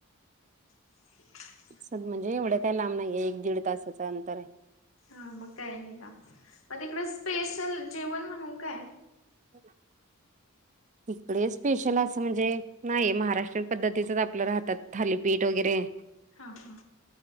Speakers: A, on the left; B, on the right.
A: <unintelligible>
B: चल म्हणजे एवढं काय लांब नाहीये, एक दीड तासांच अंतर आहे.
A: हा, मग काय हिला मग तिकडं स्पेशल जेवण म्हणून काय?
B: <unintelligible> इकडे स्पेशल असं म्हणजे, नाही महाराष्ट्रीयन पद्धतीचंच आपल राहत थालीपीठ वगैरे,
A: हा.. हा..